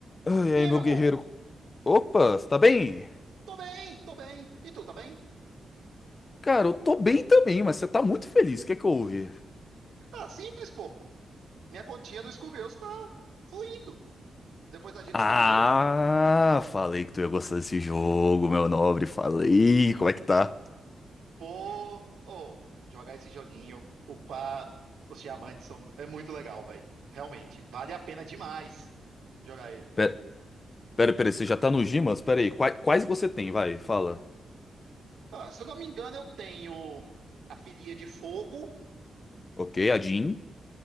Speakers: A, on the left; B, on the right.
A: Ai,
B: E
A: ai,
B: aí,
A: meu
B: meu
A: guerreiro.
B: bom?
A: Opa, você tá bem?
B: Tô bem, tô bem. E tu, tá bem?
A: Cara, eu tô bem também, mas você tá muito feliz. O que é que houve?
B: Ah, simples, pô. Minha continha no Skullgirls tá fluindo. Depois das dicas
A: Ah,
B: que me deu.
A: falei que tu ia gostar desse jogo, meu nobre. Falei. Como é que tá?
B: Pô, ou jogar esse joguinho, upar os diamantes são, é muito legal, velho. Realmente, vale a pena demais jogar ele.
A: Pera, pera, pera, você já tá no Gimas? Pera aí. Quais, quais você tem? Vai, fala.
B: Ah, se eu não me engano, eu tenho a filia de fogo,
A: Ok, a Jean,